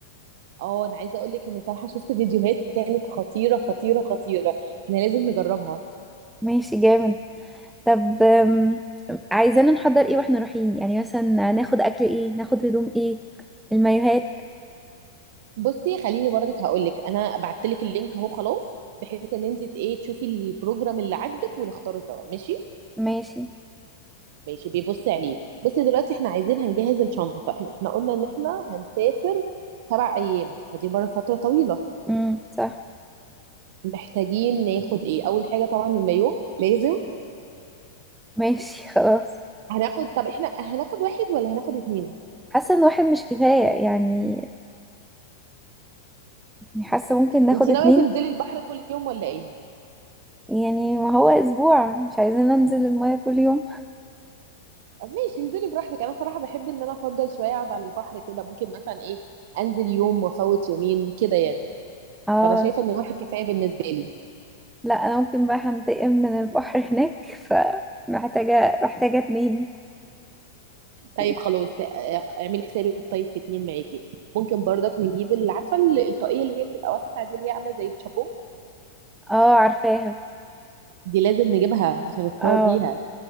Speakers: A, on the right (about 60°); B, in the centre.
A: اه انا عايزه اقول لك ان صراحه شفت فيديوهات كانت خطيره خطيره خطيره احنا لازم نجربها
B: ماشي جامد طب أم، عايزين نحضر ايه واحنا رايحين يعني مثلا ناخد اكل ايه ناخد هدوم ايه المايوهات
A: بصي خليني برضك هقول لك انا بعت لك اللينك اهو خلاص بحيث ان انت ت- ايه تشوفي البروجرام اللي عاجبك ونختاره سوا ماشي
B: ماشي
A: ماشي بيبصي عليه بصي دلوقتي احنا عايزين هنجهز الشنطه احنا إحنا قلنا ان احنا هنسافر سبع ايام فدي بره فتره طويله
B: امم صح
A: محتاجين ناخد ايه اول حاجه طبعا المايو لازم
B: ماشي <laughs> خلاص
A: هناخد طب احنا هناخد واحد ولا هناخد اتنين
B: حاسه ان واحد مش كفايه يعني حاسه ممكن ناخد
A: انت ناويه
B: اتنين
A: تنزلي البحر كل يوم ولا ايه
B: يعني ما هو اسبوع مش عايزين ننزل المايه كل يوم
A: ماشي انزلي براحتك انا صراحه بحب ان انا افضل شويه اقعد على البحر كده ممكن مثلا ايه انزل يوم وافوت يومين كده يعني
B: اه
A: فانا شايفه ان واحد كفايه بالنسبه لي
B: لا انا ممكن بقى هنتقم من البحر <laughs> هناك فمحتاجه محتاجه اتنين <laughs>
A: طيب خلاص اه، اعملي حسابك طيب في اتنين معاكي ممكن برضك نجيب اللي عارفه ال- الطاقيه اللي هي بتبقى واسعه دي اللي هي عامله زي الشابو
B: اه عارفاها
A: دي لازم نجيبها عشان نتصور
B: اه
A: بيها